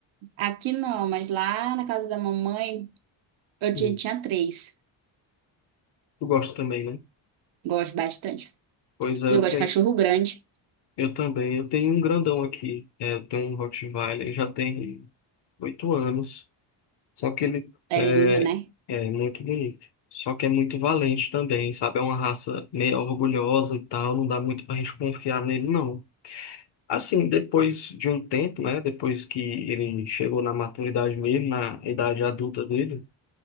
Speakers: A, on the right; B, on the left.
A: Aqui não, mas lá na casa da mamãe, eu
B: Uhum.
A: tinha, tinha três.
B: Tu gosta também, né?
A: Gosto bastante.
B: Pois é,
A: E
B: eu
A: eu gosto
B: tenho,
A: de cachorro grande.
B: eu também. Eu tenho um grandão aqui. É, eu tenho um Rottweiler, ele já tem oito anos. Só que ele
A: É
B: é,
A: lindo, né?
B: é muito bonito. Só que é muito valente também, sabe? É uma raça meio orgulhosa e tal. Não dá muito pra gente confiar nele, não. Assim, depois de um tempo, né? Depois que ele chegou na maturidade mesmo, na idade adulta dele,